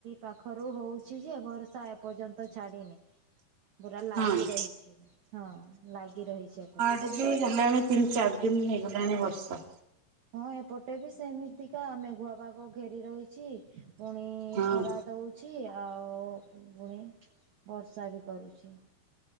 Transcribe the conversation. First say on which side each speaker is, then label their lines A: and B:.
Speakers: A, on the right; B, on the right.
A: ପାଖରୁ ହେଉଛି ଯେ ବର୍ଷା ଏପର୍ଯ୍ୟନ୍ତ ଛାଡ଼ିନି। ପୁରା ଲାଗି
B: ହଁ
A: ରହିଛି। ହଁ ଲାଗି ରହିଛି ଏପଟେ।
B: ଏଠି ହେଲାଣି ତିନି ଚାରି ଦିନ ହେଇଗଲାଣି ବର୍ଷା।
A: ହଁ ଏପଟେ ବି ସେମିତିକା ଆମେ ମେଘୁଆ ପାଗ ଘେରି ରହିଛି। ପୁଣି
B: ହଁ
A: ଖରା ଦଉଛି। ଆଉ ପୁଣି ବର୍ଷା ବି କରୁଛି।